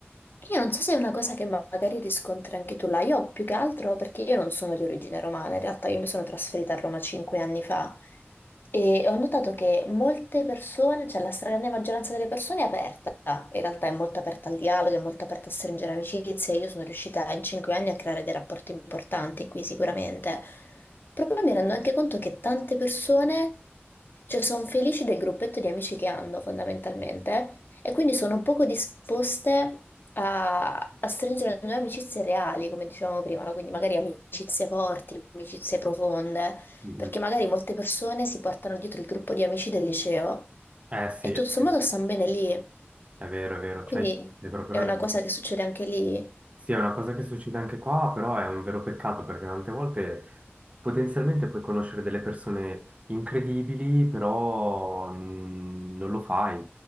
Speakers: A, on the left; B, on the right.
A: Io non so se è una cosa che ma- magari riscontri anche tu là, io più che altro perché io non sono di origine romana, in realtà io mi sono trasferita a Roma cinque anni fa e ho notato che molte persone, cioè la stragrande maggioranza delle persone è aperta, in realtà è molto aperta al dialogo, è molto aperta a stringere amicizie, io sono riuscita in cinque anni a creare dei rapporti importanti qui sicuramente, proprio mi rendo anche conto che tante persone, cioè sono felici del gruppetto di amici che hanno fondamentalmente. E quindi sono poco disposte a, a stringere nuove amicizie reali, come dicevamo prima, no? Quindi magari amicizie forti, amicizie profonde,
B: Mhm.
A: perché magari molte persone si portano dietro il gruppo di amici del liceo
B: Eh sì,
A: e
B: è
A: tutto sommato
B: vero,
A: stanno bene lì.
B: è vero, è vero,
A: Quindi
B: c'hai hai proprio
A: è
B: ragione.
A: una cosa che succede anche lì.
B: Sì, è una cosa che succede anche qua, però è un vero peccato perché tante volte potenzialmente puoi conoscere delle persone incredibili, però mm, non lo fai.